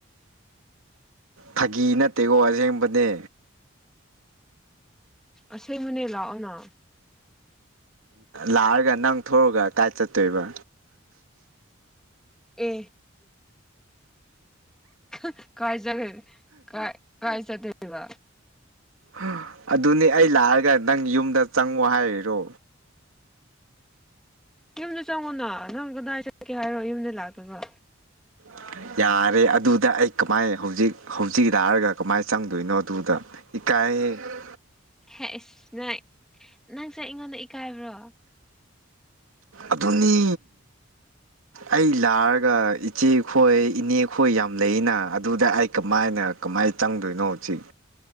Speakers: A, on the right; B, in the centre.
A: ꯐꯥꯒꯤ ꯅꯠꯇꯦꯀꯣ ꯑꯁꯦꯡꯕꯅꯦ
B: ꯑꯁꯦꯡꯕꯅꯦ ꯂꯥꯛꯑꯣꯅ
A: ꯂꯥꯛꯑꯒ ꯅꯪ ꯊꯣꯛꯔꯛꯑꯒ ꯀꯥꯏ ꯆꯠꯇꯣꯏꯕ
B: ꯑꯦ ꯈ ꯀꯥꯏ ꯆꯠꯂꯨꯏ ꯀꯥꯏ ꯀꯥꯏ ꯆꯠꯇꯣꯢꯕ
A: ꯍꯥ ꯑꯗꯨꯅꯤ ꯑꯩ ꯂꯥꯛꯑꯒ ꯅꯪ ꯌꯨꯝꯗ ꯆꯪꯉꯣ ꯍꯥꯏꯔꯤꯔꯣ
B: ꯌꯨꯝꯗ ꯆꯪꯉꯨꯅ ꯅꯪ ꯀꯗꯥꯏ ꯆꯠꯀꯦ ꯍꯥꯏꯔꯣ ꯌꯨꯝꯗ ꯂꯥꯛꯇꯒ
A: <unintelligible> ꯌꯥꯔꯦ ꯑꯗꯨꯗ ꯑꯩ ꯀꯃꯥꯏ ꯍꯧꯖꯤꯛ ꯍꯧꯖꯤꯛ ꯂꯥꯛꯔꯒ ꯀꯃꯥꯏꯅ ꯆꯪꯗꯣꯏꯅꯣ ꯑꯗꯨꯗ ꯏꯀꯥꯏꯍꯦ <unintelligible>
B: ꯍꯦꯛ ꯑꯦꯁ ꯅꯪ ꯅꯪꯁꯦ ꯑꯩꯉꯣꯟꯗ ꯏꯀꯥꯏꯕ꯭ꯔꯣ
A: ꯑꯗꯨꯅꯤ ꯑꯩ ꯂꯥꯛꯑꯒ ꯏꯆꯦꯈꯣꯏ ꯏꯅꯦꯈꯣꯏ ꯌꯥꯝ ꯂꯩꯌꯦꯅ ꯑꯗꯨꯗ ꯑꯩ ꯀꯃꯥꯏꯅ ꯀꯃꯥꯢ ꯆꯪꯗꯣꯢꯅꯣ ꯖꯤꯛ